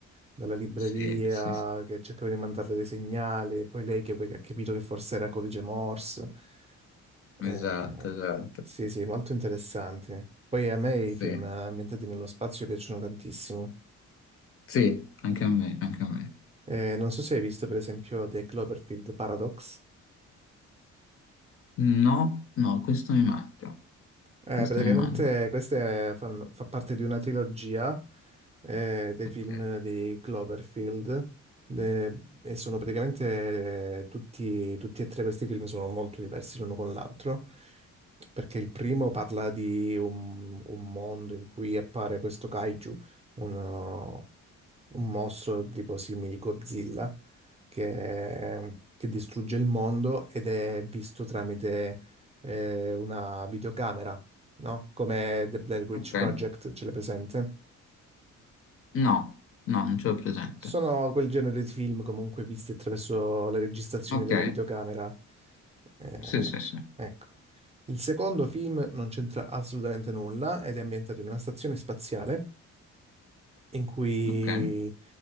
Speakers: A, on the right; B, on the left.
A: dalla libreria,
B: sì, sì, sì.
A: che cercava di mandarle dei segnali, e poi lei che, che ha capito che forse era codice Morse. Eh,
B: esatto,
A: Oh.
B: esatto,
A: sì, sì, molto interessanti. Poi a me i
B: sì.
A: film ambientati nello spazio piacciono tantissimo.
B: Sì, anche a me, anche a me.
A: Eh, non so se hai visto, per esempio, The Cloverfield Paradox.
B: No, no, questo mi manca.
A: Eh,
B: Questo
A: praticamente
B: mi manca.
A: questa è- fanno- fa parte di una trilogia eh, dei
B: Ok.
A: film di Cloverfield de- e sono praticamente eh, tutti, tutti e tre questi film sono molto diversi l'uno con l'altro perché il primo parla di un, un mondo in cui appare questo kaiju, uno- un mostro tipo simile Godzilla che, che distrugge il mondo ed è visto tramite eh, una videocamera, no? Come The Blair Witch
B: Ok.
A: Project, ce l'è presente?
B: No, no, non ce l'ho presente.
A: Sono quel genere di film comunque visti attraverso le registrazioni
B: Ok.
A: della videocamera. Eh,
B: Sì, sì, sì.
A: ecco. Il secondo film non c'entra assolutamente nulla ed è ambientato in una stazione spaziale in cui
B: Ok,